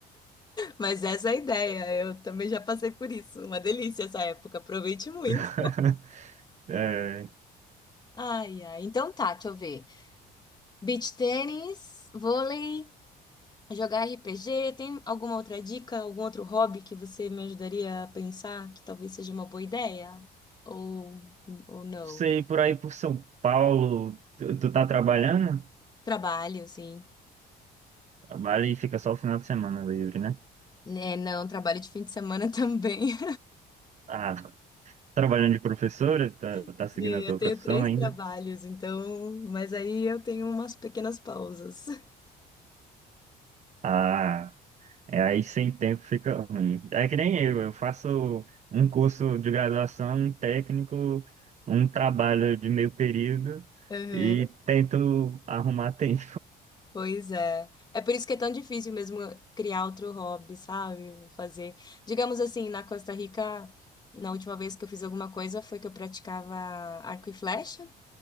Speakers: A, on the left; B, on the right.
A: Mas essa é a ideia. Eu também já passei por isso. Uma delícia essa época. Aproveite muito.
B: <laughs> É, não
A: Ai, ai. Então tá, deixa eu ver. Beach tênis, vôlei, jogar RPG. Tem alguma outra dica, algum outro hobby que você me ajudaria a pensar que talvez seja uma boa ideia? Ou, ou não?
B: sei, por aí por São Paulo, tu, tu tá trabalhando?
A: Trabalho, sim.
B: Trabalha e fica só o final de semana livre, né?
A: É, não, trabalho de fim de semana também.
B: Ah, trabalhando de professora? Tá,
A: <laughs>
B: tá seguindo
A: Sim,
B: a tua
A: eu tenho
B: profissão
A: três
B: ainda?
A: trabalhos, então. Mas aí eu tenho umas pequenas pausas. <laughs>
B: Ah. É, aí sem tempo fica ruim. É que nem eu, eu faço um curso de graduação, um técnico, um trabalho de meio período
A: Uhum.
B: e tento arrumar tempo.
A: Pois é. É por isso que é tão difícil mesmo criar outro hobby, sabe? Vou Fazer. Digamos assim, na Costa Rica, na última vez que eu fiz alguma coisa foi que eu praticava arco e flecha,